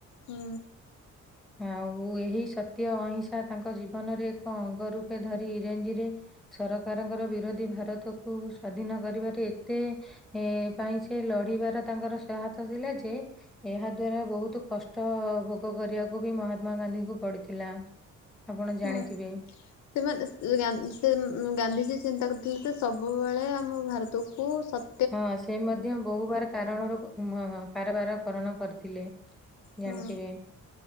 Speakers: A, on the left; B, in the centre.
A: ହୁଁ।
B: ଆଉ ଏହି ସତ୍ୟ ଅହିଂସା ତାଙ୍କ ଜୀବନରେ ଏକ ଅଙ୍ଗ ରୂପେ ଧରି ଇରେଞ୍ଜିରେ ସରକାରଙ୍କର ବିରୋଧୀ ଭାରତକୁ ସ୍ଵାଧୀନ କରିବାରେ ଏତେ ଏ ପାଇଁ ସେ ଲଢ଼ିବାର ତାଙ୍କର ସହାୟତା ଥିଲା ଯେ ଏହା ଦ୍ଵାରା ବୋହୁତ କଷ୍ଟ ଭୋଗ କରିବାକୁ ବି ମହାତ୍ମା ଗାନ୍ଧୀଙ୍କୁ ପଡ଼ିଥିଲା। ଆପଣ ଜାଣିଥିବେ।
A: ହୁଁ ସେମାନେ ସେ ଗା ସେ ଗାନ୍ଧିଜୀ ଚିନ୍ତା କରିଥିଲେ ଯେ ସବୁବେଳେ ଆମ ଭାରତକୁ ସ
B: ହଁ ସେ ମଧ୍ୟ ବୋହୁବାର କାରଣରୁ କାରବାର କରଣ କରିଥିଲେ।
A: ହୁଁ
B: ଜାଣିଥିବେ